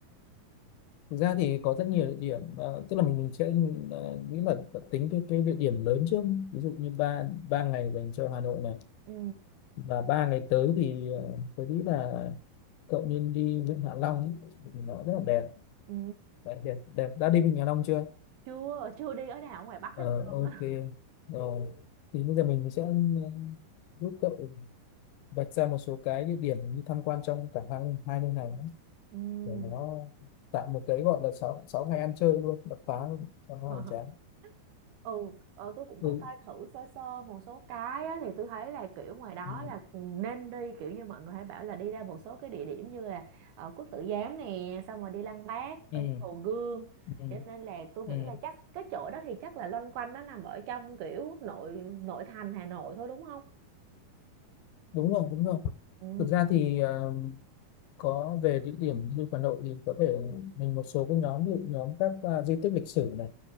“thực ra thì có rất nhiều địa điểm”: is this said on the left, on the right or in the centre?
Left